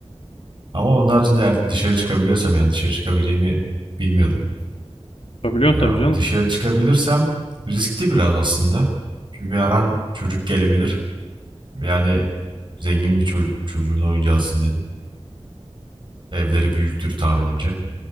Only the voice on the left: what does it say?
Yapabiliyorsun
tabii
canım.